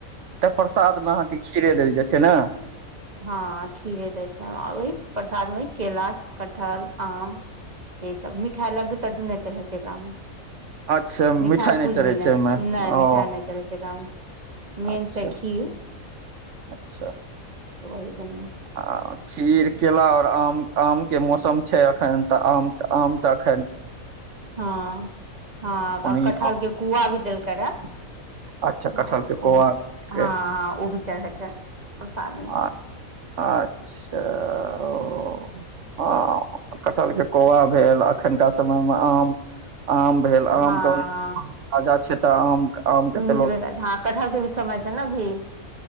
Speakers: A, on the right; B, on the right.
A: त प्रसाद मे अह खीरे देल जाय छै ने
B: हँ खीरे दै छै आ ओही प्रसादमे केरा कटहल आम ई सब मिठाई लड्डू तडू नहि चढ़ै छै ए गाम मे
A: अच्छा
B: मिठाइ
A: नहि
B: कुछ
A: चढ़ै
B: भी
A: छै
B: नहि
A: ओहिमे
B: नहि
A: ओ
B: मिठाइ नहि चलै छै गाममे मे
A: अच्छा
B: छैखीर
A: अच्छा
B: त वही बन
A: आ खीर केला आओर आम आम के मौसम छै एखन तऽ आम आम त एखैन
B: हँ हँ
A: ओनहि
B: अ कटहर के कोआ भी देलकै रहे
A: अच्छा कटहल
B: हँ
A: के कोआ
B: ओ भी हँ
A: के
B: हँ ओ भी चढ़ै छै प्रसादमे
A: आ अच्छा ओ ह कटहलके कौआ भेल एखुनका समयमे आम आम भेल आम
B: हँ
A: तने ताजा छै त आम के
B: मिलबे
A: तऽ लोक
B: कर छै हँ कटहर के भी समय छै ने अभी